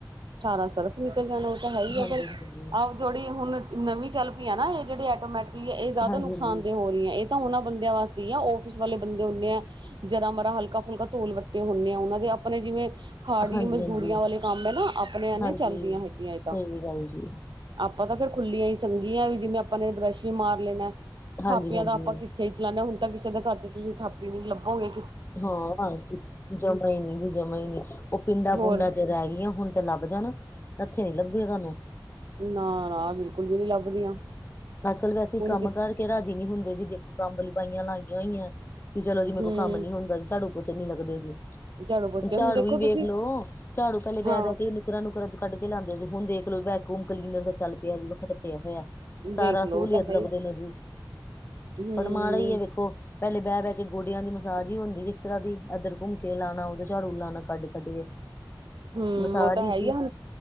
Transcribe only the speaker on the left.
ਹਾਂਜੀ
ਹਾਂਜੀ।
ਹਾਂਜੀ
ਹਾਂਜੀ
ਹਾਂਜੀ
ਹਾਂਜੀ।
ਹਾਂਜੀ
ਸਹੀ
ਗੱਲ ਜੀ
ਹਾਂਜੀ
ਹਾਂਜੀ
ਹਾਂ ਜਮਾ ਨੀ ਜੀ, ਜਮ ਹੀ ਨੀ ਉਹ ਪਿੰਡਾਂ-ਪੁੰਡਾਂ
ਚ ਰਹਿ ਗਈਆਂ ਹੁਣ। ਥ ਲੱਭ ਜਾਣਾ, ਹੱਥੇ ਨੀ ਲੱਭਦੀਆ ਤੁਹਾਨੂੰ।
ਅੱਜ-ਕੱਲ੍ਹ ਵੈਸੇ ਹੀ
ਕੰਮ
ਕਰਕੇ ਰਾਜੀ ਨਹੀਂ ਹੁੰਦੇ ਜੀ। ਦੇਖੋ ਕੰਮ ਵਾਲੀਆਂ ਬਾਈਆਂ ਲਾਈਆਂ ਹੋਈਆਂ। ਕਿ ਚਲੋ ਜੀ ਮੇਰੇ
ਕੋ ਕੰਮ ਨੀ ਹੁੰਦਾ। ਝਾੜੂ ਪੋਚੇ ਨੀ ਲੱਗਦੇ ਜੀ। ਹੁਣ
ਝਾੜੂ
ਈ ਵੇਖ
ਲੋ ਝਾੜੂ ਪਹਿਲੇ ਬਹਿ,
ਬਹਿ ਕੇ ਕੁਕਾਂ ਨੂਕਰਾ ਚ ਕੱਢ ਲਉਂਦੇ ਸੀ, ਹੁਣ ਦੇਖ ਲੋ ਵੈਕੂਮ ਕਲੀਨਰ ਦਾ ਚੱਲ ਪਿਆ ਜੀ ਵੱਖਤ ਪਿਆ ਹੋਇਆ। ਸਾਰਾ
ਸਹੂਲੀਅਤ
ਲੱਭਦੇ
ਨੇ ਜੀ,
ਪਰ ਮਾੜਾ ਈ ਐ ਵੇਖੋ ਪਹਿਲੇ ਬਹਿ, ਬਹਿ ਕੇ ਗੋਡਿਆਂ ਦੀ ਮਸਾਜ ਈ ਹੁੰਦੀ ਇੱਕ ਤਰਾ ਦੀ। ਇੱਧਰ ਘੁੰਮ ਕੇ ਲਾਉਣਾ, ਉਹਦੋਂ ਝਾੜੂ ਲਉਣਾ ਕੱਢ, ਕੱਢ ਕੇ
ਮਸਾਜ
ਸੀ